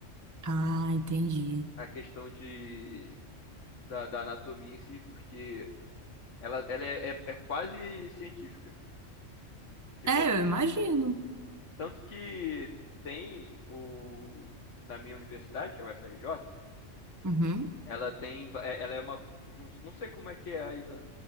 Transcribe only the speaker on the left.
A questão de da, da anatomia em si, porque ela, ela é, é, é quase científica. Que
você,
tanto que tem o na minha universidade, que é o U F R J
Ela tem, va- é- ela é uma, jun- não sei como é que é aí na,